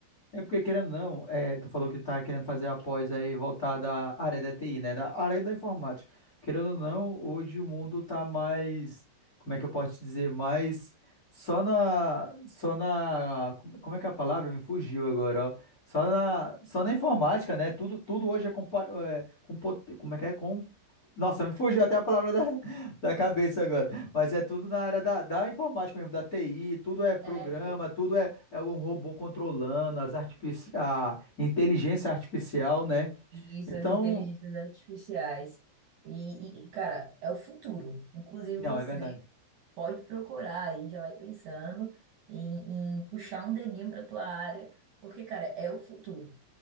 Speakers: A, on the left; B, on the right.
A: É porque, querendo ou não, é, tu falou que tá querendo fazer a pós aí voltada à área da TI, né? Da área da informática. Querendo ou não, hoje o mundo tá mais, como é que eu posso te dizer, mais só na, só na, como é que é a palavra? Me fugiu agora, ó. Só na, só na informática, né? Tudo, tudo hoje é, compa, é, compo- como é que é? Nossa, me fugiu até a palavra da, da cabeça agora. Mas é tudo na área da, da informática mesmo, da TI, tudo é programa,
B: É, pô.
A: tudo é, é um robô controlando, as artifici a inteligência artificial, né?
B: Isso,
A: Então,
B: as inteligências artificiais. E, e, cara, é o futuro. Inclusive,
A: não,
B: você
A: é verdade.
B: pode procurar aí, já vai pensando em, em puxar um dedinho para tua área, porque, cara, é o futuro.